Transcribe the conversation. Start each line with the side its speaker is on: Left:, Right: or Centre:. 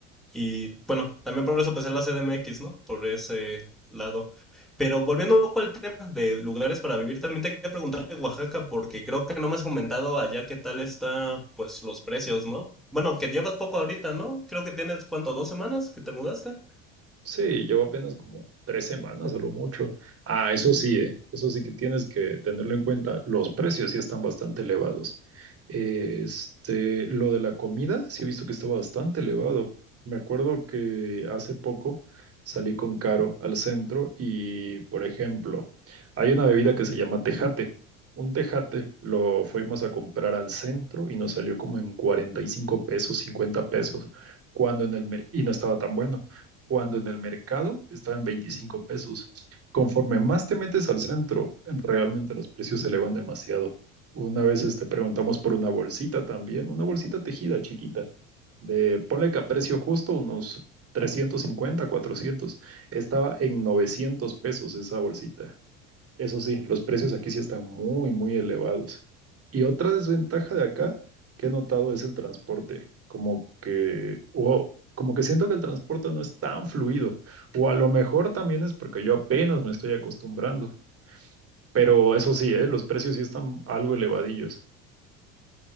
Centre: Y bueno, también por eso empecé la CDMX, ¿no? Por ese lado. Pero volviendo un poco al tema de lugares para vivir, también te quería preguntar de Oaxaca, porque creo que no me has comentado allá qué tal está, pues, los precios, ¿no? Bueno, que llevas poco ahorita, ¿no? Creo que tienes, ¿cuánto? ¿Dos semanas que te mudaste?
Right: Sí, llevo apenas como tres semanas a lo mucho. Ah, eso sí, eh, eso sí que tienes que tenerlo en cuenta. Los precios sí están bastante elevados. Este, lo de la comida, sí he visto que está bastante elevado. Me acuerdo que hace poco salí con Caro al centro y, por ejemplo, hay una bebida que se llama tejate. Un tejate lo fuimos a comprar al centro y nos salió como en 45 pesos, 50 pesos, cuando en el mer- y no estaba tan bueno cuando en el mercado estaba en 25 pesos. Conforme más te metes al centro, realmente los precios se elevan demasiado. Una vez este, preguntamos por una bolsita también, una bolsita tejida chiquita, de ponle que a precio justo unos 350, 400. Estaba en 900 pesos esa bolsita. Eso sí, los precios aquí sí están muy, muy elevados. Y otra desventaja de acá que he notado es el transporte. Como que, o como que siento que el transporte no es tan fluido. O a lo mejor también es porque yo apenas me estoy acostumbrando. Pero eso sí, ¿eh? Los precios sí están algo elevadillos.